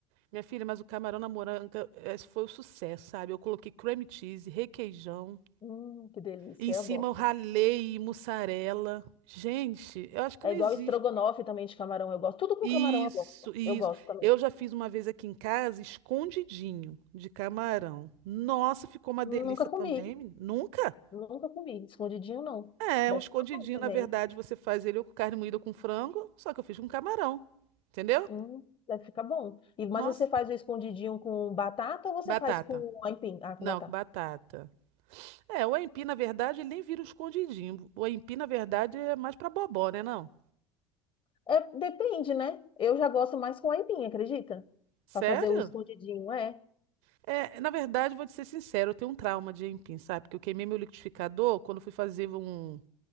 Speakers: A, on the right (about 60°); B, on the left (about 35°).
A: Minha filha, mas o camarão na moranga esse foi o sucesso, sabe? Eu coloquei cream cheese, requeijão.
B: Hum, que delícia,
A: E em cima
B: eu gosto.
A: eu ralei mussarela. Gente, eu acho que
B: É
A: não
B: igual
A: existe.
B: estrogonofe também de camarão, eu gosto. Tudo com
A: Isso,
B: camarão eu gosto.
A: isso.
B: Eu gosto também.
A: Eu já fiz uma vez aqui em casa, escondidinho de camarão. Nossa, ficou uma
B: Nunca
A: delícia
B: comi,
A: também. menina. Nunca?
B: nunca comi. Escondidinho não.
A: É,
B: Deve
A: um escondidinho,
B: ficar bom também.
A: na verdade, você faz ele com carne moída com frango, só que eu fiz com camarão. Entendeu?
B: Hum, deve ficar bom. E, mas
A: Nossa.
B: você faz o escondidinho com batata ou você
A: Batata.
B: faz com aipim? Ah, com
A: Não,
B: batata.
A: com batata. É, o aipim, na verdade, ele nem vira um escondidinho. O aipim, na verdade, é mais pra bobó, né, não?
B: É, depende, né? Eu já gosto mais com aipim, acredita?
A: Sério?
B: Pra fazer o escondidinho, é.
A: É, na verdade, vou te ser sincero, eu tenho um trauma de aipim, sabe? Porque eu queimei meu liquidificador quando eu fui fazer um,